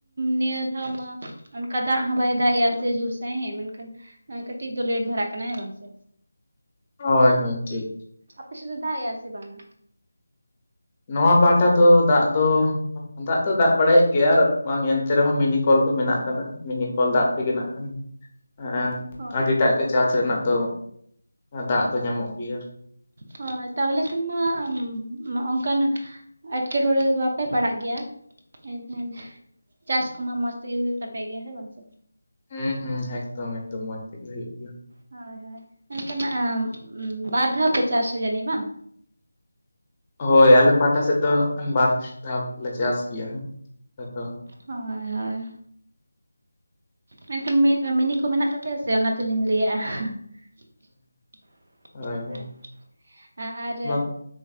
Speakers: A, on the right (about 40°); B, on the left (about 25°).
A: ᱱᱤᱭᱟᱹ ᱫᱷᱟᱣ ᱢᱟ ᱚᱱᱠᱟ ᱫᱟᱜ ᱦᱚᱸ ᱵᱟᱭ ᱫᱟᱜ ᱮᱼᱟ ᱥᱮ ᱡᱳᱨ ᱥᱟᱺᱦᱤ ᱢᱮᱱᱠᱷᱟᱱ ᱟᱸ ᱠᱟᱹᱴᱤᱡ ᱫᱚ ᱞᱮᱴ ᱫᱷᱚᱨᱟᱜ ᱠᱟᱱᱟ, ᱦᱮᱸ ᱵᱟᱝ ᱥᱮ?
B: ᱦᱳᱭ ᱦᱳᱭ ᱴᱷᱤᱠ᱾
A: ᱟᱯᱮ ᱥᱮ ᱫᱚ ᱫᱟᱜ ᱮᱼᱟ ᱥᱮ ᱵᱟᱝ?
B: ᱱᱚᱣᱟ ᱯᱟᱦᱴᱟ ᱛᱚ ᱫᱟᱜ ᱫᱚ ᱫᱟᱜ ᱫᱚ ᱫᱟᱜ ᱵᱟᱲᱟᱭᱮᱜ ᱜᱮᱭᱟ ᱟᱨ ᱵᱟᱝ ᱮᱱᱛᱮ ᱨᱮᱦᱚᱸ ᱢᱤᱱᱤ ᱠᱚᱞ ᱠᱚ ᱢᱮᱱᱟᱜ ᱠᱟᱫᱟ ᱢᱤᱱᱤᱠᱚᱞ ᱫᱟᱜ ᱛᱮᱜᱮ ᱱᱟᱜ <unintelligible>
A: ᱦᱳᱭ
B: ᱟᱹᱰᱤ ᱴᱟᱜ ᱜᱮ ᱪᱟᱥ ᱨᱮᱱᱟᱜ ᱫᱚ ᱫᱟᱜ ᱫᱚ ᱧᱟᱢᱚᱜ ᱜᱮᱭᱟ᱾
A: ᱦᱚᱸᱭ ᱛᱟᱦᱚᱞᱮ ᱠᱷᱟᱱᱢᱟ ᱟᱢ ᱱᱚᱼᱚᱝᱠᱟᱱ ᱮᱴᱠᱮᱴᱚᱬᱮ ᱫᱚ ᱵᱟᱯᱮ ᱯᱟᱲᱟᱜ ᱜᱮᱭᱟ ᱮᱱᱠᱷᱟᱱ᱾ ᱪᱟᱥ ᱠᱚᱢᱟ ᱢᱚᱸᱡᱽ ᱛᱮᱜᱤ ᱦᱩᱭᱩᱜ ᱛᱟᱯᱮ ᱜᱮᱭᱟ ᱦᱮᱸ ᱵᱟᱝ ᱥᱮ᱾
B: ᱦᱩᱸ ᱦᱩᱸ ᱮᱠᱫᱚᱢ ᱮᱠᱫᱚᱢ ᱢᱚᱸᱡᱽ ᱛᱮᱜᱤ ᱦᱩᱭᱩᱜ ᱜᱮᱭᱟ᱾
A: ᱦᱚᱭ ᱦᱚᱭ ᱢᱮᱱᱠᱟᱱᱟᱜ ᱵᱟᱨ ᱫᱷᱟᱣ ᱯᱮ ᱪᱟᱥᱟ ᱡᱟᱹᱱᱤᱜ ᱵᱟᱝ᱾
B: ᱦᱳᱭ ᱟᱞᱮ ᱯᱟᱦᱴᱟ ᱥᱮᱜ ᱫᱚ ᱱᱟᱜ ᱠᱷᱟᱱ ᱵᱟᱨ ᱫᱷᱟᱯ ᱞᱮ ᱪᱟᱥ ᱜᱮᱭᱟ ᱟᱫᱚ᱾
A: ᱦᱚᱭ ᱦᱚᱭ᱾ ᱢᱮᱱᱠᱷᱟᱱ ᱢᱤᱱ ᱢᱤᱱᱤ ᱠᱚ ᱢᱮᱱᱟᱜ ᱛᱟᱯᱮᱭᱟ ᱥᱮ ᱚᱱᱟ ᱛᱮᱞᱤᱧ ᱞᱟᱹᱭᱟᱜ-ᱟ᱾
B: ᱦᱳᱭ ᱦᱳᱭ
A: ᱟᱨ ᱟᱨ
B: ᱵᱟᱝ